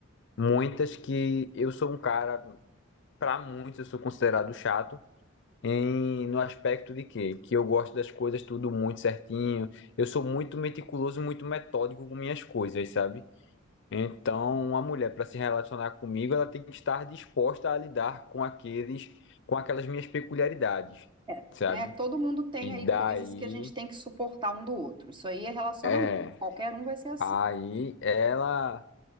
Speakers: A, on the left; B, on the right.
A: Muitas que eu sou um cara, para muitos eu sou considerado chato, em, no aspecto de que, que eu gosto das coisas tudo muito certinho, eu sou muito meticuloso, muito metódico com minhas coisas, sabe? Então, uma mulher para se relacionar comigo, ela tem que estar disposta a lidar com aqueles, com aquelas minhas peculiaridades,
B: É,
A: sabe?
B: né? Todo mundo tem
A: E
B: aí
A: daí,
B: coisas que a gente tem que suportar um do outro. Isso aí é relacionamento.
A: é,
B: Qualquer um vai ser assim.
A: aí ela